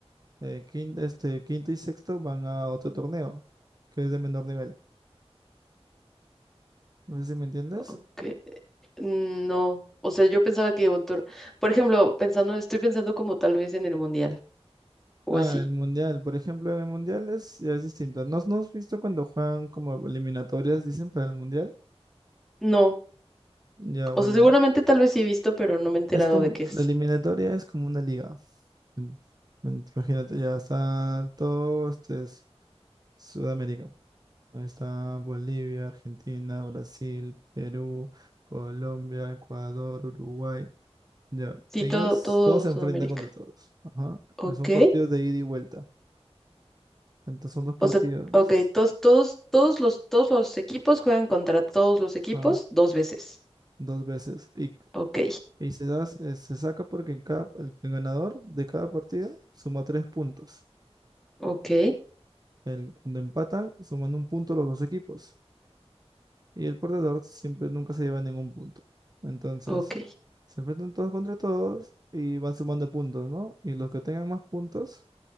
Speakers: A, on the right; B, in the centre.
A: eh, quin- este, quinto y sexto van a otro torneo, que es de menor nivel. No sé si me entiendes.
B: ok, No. O sea, yo pensaba que. un tor- Por ejemplo, pensando, estoy pensando como tal vez en el mundial o
A: Ah,
B: así.
A: el mundial, por ejemplo, en el mundial es, ya es distinto. ¿No, no has visto cuando juegan como eliminatorias, dicen, para el mundial?
B: No.
A: Ya,
B: O
A: bueno,
B: sea, seguramente tal vez sí he visto, pero no me he enterado
A: es como,
B: de qué es.
A: la eliminatoria es como una liga. Mm, mm, Imagínate, ya está todo, este es Sudamérica. Ahí está Bolivia, Argentina, Brasil, Perú, Colombia, Ecuador, Uruguay. Ya,
B: Sí,
A: ellos
B: todo, todo
A: todos se
B: Sudamérica.
A: enfrentan contra todos. Ajá.
B: Ok.
A: Son partidos de ida y vuelta. Entonces son dos partidos.
B: O sea, ok, todos, todos, todos los, todos los equipos juegan contra todos los equipos
A: Ajá.
B: dos veces.
A: Dos veces. Y,
B: Ok.
A: y se da, se se saca porque cada, el, el ganador de cada partido suma tres puntos.
B: Ok,
A: El, cuando empatan, suman un punto los dos equipos. Y el perdedor siempre nunca se lleva ningún punto. Entonces,
B: ok.
A: se enfrentan todos contra todos y van sumando puntos, ¿no? Y los que tengan más puntos,